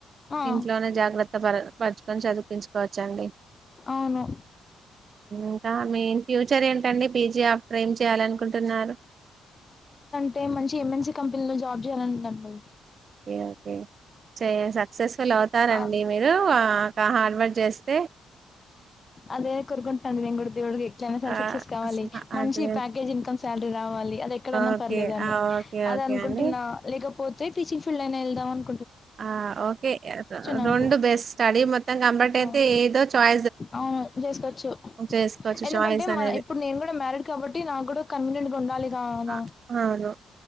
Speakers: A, on the left; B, on the right.
A: ఆ
B: ఇంట్లోనే జాగ్రత్త ప కని చదిపించుకోవచ్చండి
A: అవును
B: ఇంకా మీెన్ ఫ్యూచర్ ఏంటండి పీజీ ఆఫ్టర్ ఏం చేయ్యాలనుకుంటున్నారు
A: అంటే మంచి ఎంఎన్సీ కంపెనీ లో జాబ్ చేయాలందండి
B: ఓకే ఓకే చె సక్సెస్ఫుల్ అవుతారండి
A: ఆ
B: మీరు హార్డ్ వర్క్ చేస్త స
A: అదే కోరుకుంటున్నాను నేను కూడా దేవుడికి ఎట్లయినా సరే
B: ఆ
A: సక్సెస్ కావాలి మంచి
B: అదే
A: ప్యాకేజ్ ఇన్కమ్ శాలరీ రావాలి అది ఎక్కడైనా
B: ఓకే
A: పర్లేదు అని
B: ఆ, ఓకే
A: అది
B: ఓకే
A: అనుకుంటున్నా
B: అండి
A: లేకపోతే టీచింగ్ ఫీల్డ్ అయినా వెళ్దాం అను
B: ఆ ఓకే
A: నాకు
B: రెండు బెస్ట్ స్టడీ మొత్తం కనబట్ అయితే
A: ఆ
B: ఏదో చయి
A: అవును చేసుకోవచ్చు
B: చేసుకోవచ్చు
A: ఎందుకంటే
B: చాయిస్ అనేది.
A: మ ఇప్పుడు నేను కూడా మ్యారిడ్ కాబట్టి నాకు కూడా కన్వీనియంట్ ఉండాలి గాన
B: అ అవును.